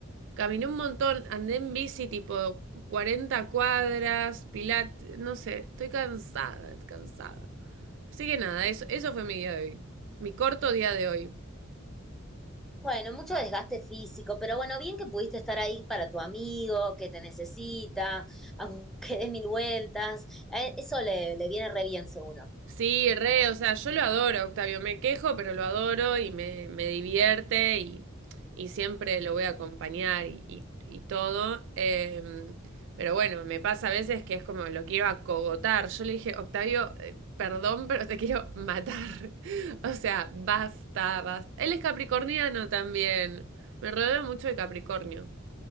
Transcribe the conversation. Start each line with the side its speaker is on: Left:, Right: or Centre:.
Right: Caminé un montón, andé en bici tipo 40 cuadras, pilat, no sé, estoy cansada, cansada. Así que nada, eso, eso fue mi día de hoy. Mi corto día de hoy.
Centre: Bueno, mucho desgaste físico, pero bueno, bien que pudiste estar ahí para tu amigo, que te necesita, aunque <laughs> des mil vueltas. A él- Eso le, le viene re bien, seguro.
Right: Sí, re, o sea, yo lo adoro, Octavio, me quejo, pero lo adoro y me, me divierte y, y siempre lo voy a acompañar y, y- y todo. em, pero bueno, me pasa a veces que es como lo quiero acogotar. Yo le dije, Octavio, eh, perdón, pero te quiero matar. <laughs> O sea, basta, basta. Él es capricorniano también. Me rodeo mucho de Capricornio.